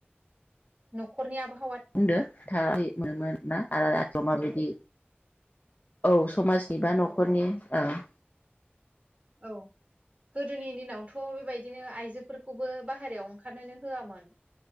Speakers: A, on the right (about 30°); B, on the left (about 40°).
A: नखरनि आबहावा
B: बुंदो था बि मोनोन ना आ-आ थ माबादि औ समाजनि बा नखरनि
A: औ औ
B: ओ। ओम ।
A: औ गोदोनि दिनावथ बेबायदिनो आइजोफोरखौबो बाहेरायाव ओंखारनोनो होयामोन